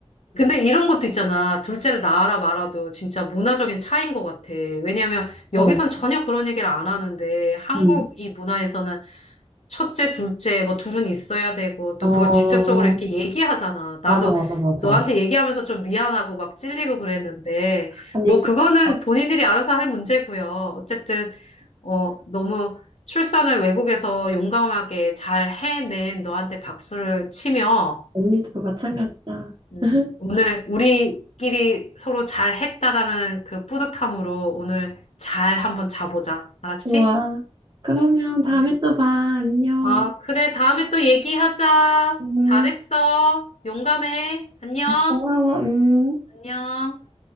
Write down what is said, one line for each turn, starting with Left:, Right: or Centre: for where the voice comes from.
Left: 근데 이런 것도 있잖아. 둘째를 낳아라 말아도 진짜 문화적인 차이인 것 같아. 왜냐면 여기선
Right: 어,
Left: 전혀 그런 얘기를 안 하는데 한국
Right: 음.
Left: 이 문화에서는 첫째, 둘째 뭐 둘은 있어야 되고 또
Right: 어,
Left: 그걸 직접적으로 이렇게 얘기하잖아. 나도
Right: 맞아, 맞아, 맞아.
Left: 너한테 얘기하면서 좀 미안하고 막 찔리고 그랬는데
Right: 아니,
Left: 뭐
Right: 익숙하지
Left: 그거는
Right: 않아.
Left: 본인들이 알아서 할 문제고요. 어쨌든 어 너무 출산을 외국에서 용감하게 잘 해낸 너한테 박수를 치며
Right: 언니도 마찬가지야.
Left: 음,
Right: <laughs>
Left: 오늘 우리끼리 서로 잘 했다라는 그 뿌듯함으로 오늘 잘 한번 자보자. 알았지?
Right: 좋아. 그러면 다음에
Left: 그래.
Right: 또 봐. 안녕.
Left: 아, 그래. 다음에 또 얘기하자.
Right: 음,
Left: 잘했어. 용감해. 안녕.
Right: 고마워. 음.
Left: 안녕.